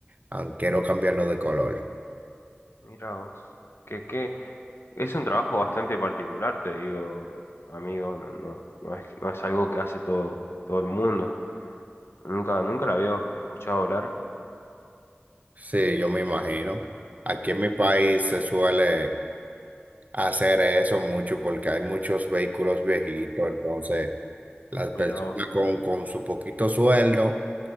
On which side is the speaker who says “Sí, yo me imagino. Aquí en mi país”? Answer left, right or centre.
Right